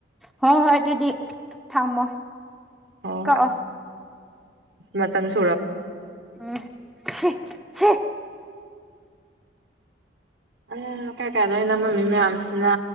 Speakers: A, in the centre; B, on the right.
A: ꯍꯣꯏ ꯍꯣꯏ ꯑꯗꯨꯗꯤ ꯊꯝꯃꯣ
B: ꯍꯣ
A: ꯀꯛꯑꯣ
B: ꯍꯣꯏ ꯃꯇꯝ ꯁꯨ
A: ꯎꯝ ꯁꯤ ꯁꯤ
B: ꯑ ꯀꯥꯏ ꯀꯥꯏꯗꯅꯣ ꯅꯝꯃꯝꯃꯤ ꯃꯌꯥꯝꯁꯤꯅ